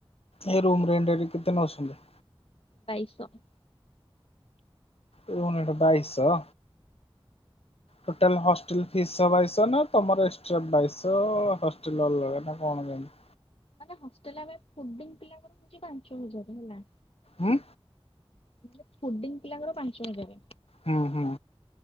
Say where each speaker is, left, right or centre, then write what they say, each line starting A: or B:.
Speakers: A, on the left (about 85°); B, on the left (about 75°).
A: ଏ ରୁମ ରେଣ୍ଟ ଏଠି କେତେ ନଉସଛନ୍ତି?
B: ବାଇଶହ।
A: ରୁମ୍ ରେଣ୍ଟ ବାଇଶହ? ଟୋଟାଲ ହଷ୍ଟେଲ ଫିସ୍ ସହ ବାଇଶହ ନା ତମର ଏଷ୍ଟ୍ରା ବାଇଶ ହଷ୍ଟେଲ ଅଲଗା ନା କଣ କେମିତି?
B: ମାନେ ହଷ୍ଟେଲ ଆମେ ଫୁଡିଙ୍ଗ ପିଲାଙ୍କର ହଉଛି ପାଞ୍ଚ ହଜାର ହେଲା
A: ହୁଁ
B: ମତଲବ ଫୁଡିଂ ପିଲାଙ୍କର ପାଞ୍ଚ ହଜାରେ।
A: ହୁଁ ହୁଁ।